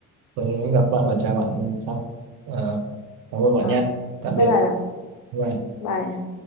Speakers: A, on the right; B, on the left.
A: sẽ gặp bạn và chào bạn sau Ờ, cảm ơn bạn
B: ờ,
A: nha tạm biệt
B: bye bye bà.
A: Bye bye.
B: bye